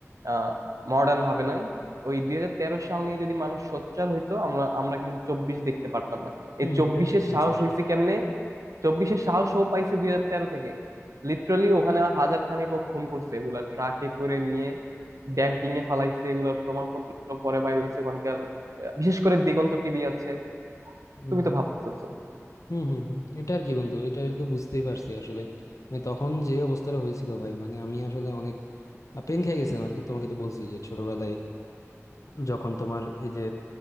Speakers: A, on the right; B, on the left.
A: আহ মডার্ন ভাবে নাই ওই দুই হাজার তেরো সাল নিয়ে যদি মানুষ সোচ্চার হইতো আমরা আমরা কিন্তু চব্বিশ দেখতে পারতাম না
B: হম
A: এই চব্বিশের
B: এটা ঠিক বলছো
A: সাহস
B: আসলে
A: হয়েছে কেমনে চব্বিশের সাহসও পাইছে দুই হাজার তেরো থেকে লিটারালি ওখানে হাজার খানেক ও খুন করছে এগুলা ট্রাকে করে নিয়ে ড্যাম্পিং এ ফালাইছে এগুলার প্রমাণপত্র পরে বাইরে হয়েছে ওখানকার আহ, বিশেষ করে দিগন্ত টিভি আছে
B: হম
A: তুমি তো ভাবতেছো
B: হুম হুম হুম এটা আর কি বন্ধু এটা এটা তো বুঝতেই পারছি আসলে মানে তখন যে অবস্থাটা হয়েছিল ভাই মানে আমি আসলে অনেক পেন খেয়ে গেছিলাম আর কি তোমাকে তো বলছি যে ছোটবেলায় যখন তোমার এই যে